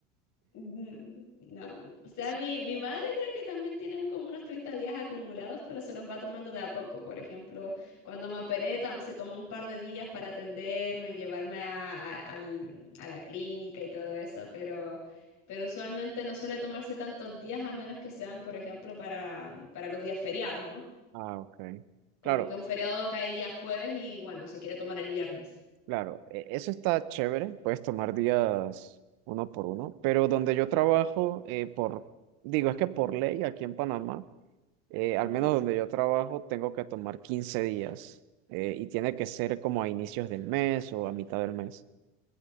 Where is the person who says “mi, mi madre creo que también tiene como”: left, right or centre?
Left